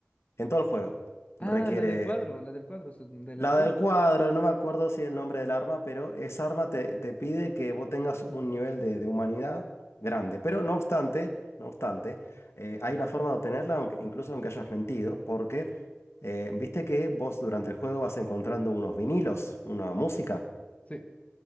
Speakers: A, on the left; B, on the left.
A: en todo el juego.
B: Ah,
A: Requiere
B: la del cuadro, la del cuadro, su- de
A: la
B: la nariz,
A: del
B: ¿verdad?
A: cuadro, no me acuerdo si el nombre del arma, pero esa arma te, te pide que vos tengas un nivel de, de humanidad grande. Pero no obstante, no obstante, eh, hay una forma de obtenerla, aunque- incluso aunque hayas mentido, porque eh, viste que vos durante el juego vas encontrando unos vinilos, una música.
B: Sí.